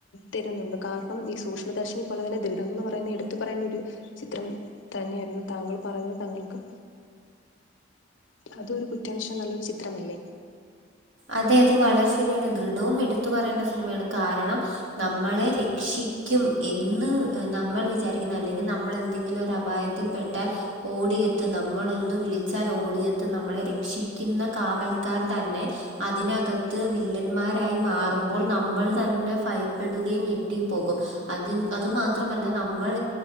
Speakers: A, on the left; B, on the right.
A: തരുന്നുണ്ട് കാരണം ഈ സൂക്ഷ്മദർശിനി പോലെ തന്നെ ദൃഢം എന്ന് പറ പറയുന്ന എടുത്തു പറയേണ്ട ഒരു ചിത്രം തന്നെയായിരുന്നു താങ്കൾ പറഞ്ഞത് താങ്കൾക്ക്. അതരു കുറ്റൻസൻ നല്ലൊരു ചിത്രമല്ലേ
B: അതെ അത് വളരെ ശരിയാണ് ദൃഢവും എടുത്തു പറയേണ്ട സിനിമയാണ്. കാരണം നമ്മളെ രക്ഷിക്കും എന്ന് നമ്മൾ വിചാരിക്കുന്ന അല്ലെങ്കിൽ നമ്മൾ എന്തെങ്കിലും ഒരു അപായ ത്തിൽപ്പെട്ടാൽ ഓടിയെത്ത് നമ്മളൊന്ന് വിളിച്ചാൽ ഓടിയെത്ത് നമ്മളെ രക്ഷിക്കുന്ന കാവൽക്കാർ തന്നെ അതിനകത്ത് വില്ലന്മാരായി മാറുമ്പോൾ നമ്മൾ തന്നെ ഭയപ്പെടുകയും ഞെട്ടിയും പോകും. അത് അത് മാത്രമല്ല നമ്മൾ